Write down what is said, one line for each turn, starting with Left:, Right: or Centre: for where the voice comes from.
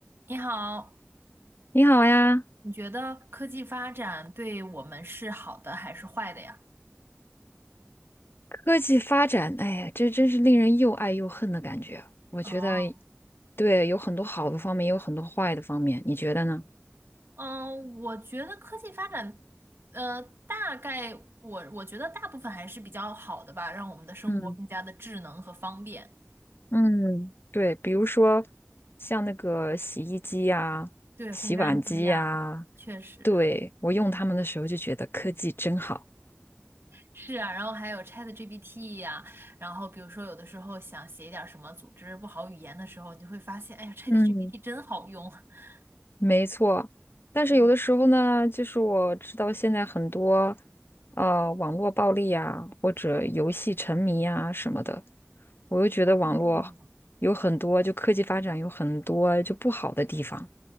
Right: 你好，
Left: 你好呀，
Right: 你觉得科技发展对我们是好的还是坏的呀？
Left: 科技发展，哎呀，这真是令人又爱又恨的感觉。我觉得，
Right: 哦，
Left: 对，有很多好的方面，也有很多坏的方面，你觉得呢？
Right: 嗯，我觉得科技发展，呃，大概我我觉得大部分还是比较好的吧，让我们的生活更加的智能和方便。
Left: 嗯嗯，对，比如说像那个洗衣机呀、
Right: 对，
Left: 洗碗机呀，
Right: 烘干机呀，确实
Left: 对，我用它们的时候就觉得科技真好。
Right: 是啊，然后还有 ChatGPT 呀，然后比如说有的时候想写一点儿什么组织不好语言的时候，你就会发现，哎呀，ChatGPT
Left: 嗯
Right: 真好用。<laughs>
Left: 没错，但是有的时候呢，
Right: 对，
Left: 就是我知道现在很多呃网络暴力啊，或者游戏沉迷啊什么的，我又觉得网络有很多，
Right: 哦，
Left: 就科技发展有很多就不好的地方。